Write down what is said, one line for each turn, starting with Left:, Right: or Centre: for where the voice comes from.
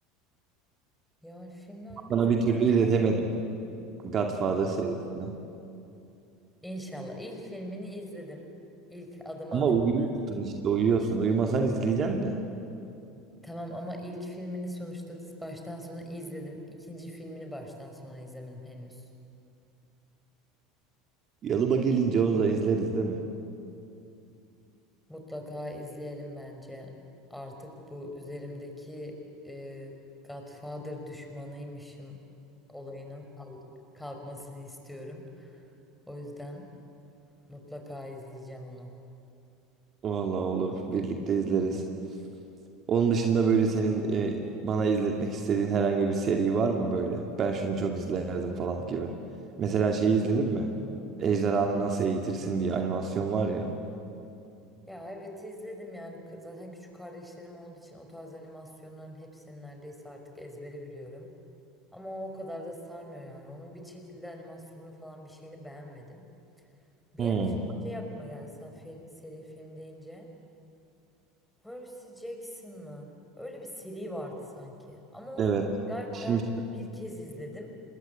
Centre: Ya filmler güzel.
Right: Sana bir türlü izletemedim Godfather serisini.
Centre: İnşallah. İlk filmini izledim. İlk adım
Right: Ama
Centre: atıldı.
Right: uyuyorsun işte uyuyorsun. Uyumasan izleyeceksin de.
Centre: Tamam ama ilk filmini sonuçta baştan sona izledim. İkinci filmini baştan sona izlemedim henüz.
Right: Yalıba gelince onu da izleriz değil mi?
Centre: Mutlaka izleyelim bence. Artık bu üzerimdeki e, Godfather düşmanıymışım olayının kalk- kalkmasını istiyorum. O yüzden mutlaka izleyeceğim onu.
Right: Vallahi olur. Birlikte izleriz. Onun dışında böyle senin e, bana izletmek istediğin herhangi bir seri var mı böyle? Ben şunu çok izlerdim falan gibi. Mesela şeyi izledin mi? Ejderhanı Nasıl Eğitirsin diye animasyon var ya.
Centre: Ya evet izledim yani K- zaten küçük kardeşlerim olduğu için o tarz animasyonların hepsini neredeyse artık ezbere biliyorum. Ama o kadar da sarmıyor yani. Onun bir şekilde animasyonunu falan bir şeyini beğenmedim. Bir
Right: Hmm,
Centre: ara şey aklıma geldi sen fe- seri film deyince. Percy Jackson mı? Öyle bir seri vardı sanki. Ama onu
Right: evet.
Centre: ben galiba
Right: Şimşek,
Centre: hayatımda bir kez izledim.